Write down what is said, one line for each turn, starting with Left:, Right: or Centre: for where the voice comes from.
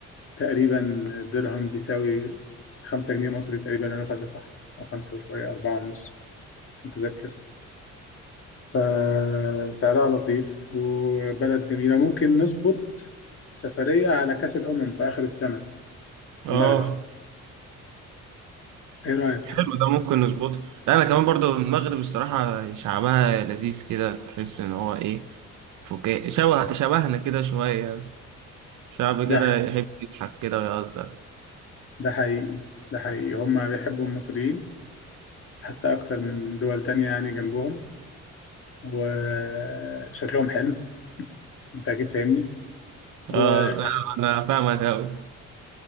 Left: تقريبا الدرهم بيساوي خمسة جنيه مصري تقريبا أنا فاكر صح أو خمسة وشوية أربعة ونص مش متذكر فسعرها لطيف وبلد جميلة ممكن نظبط سفرية على كأس الأمم في آخر السنة في
Right: اه
Left: المغرب إيه رأيك؟
Right: حلو ده ممكن نظبطه لا انا كمان برضه المغرب الصراحة شعبها لذيذ كده تحس ان هو ايه فكاهي شبه شبهنا كده شوية شعب
Left: ده
Right: كده يحب يضحك كده ويهزر
Left: ده حقيقي ده حقيقي هما بيحبوا المصريين حتى أكتر من دول تانية يعني جنبهم وشكلهم حلو أنت أكيد فاهمني والدنيا
Right: اه لا، انا فاهمك اوي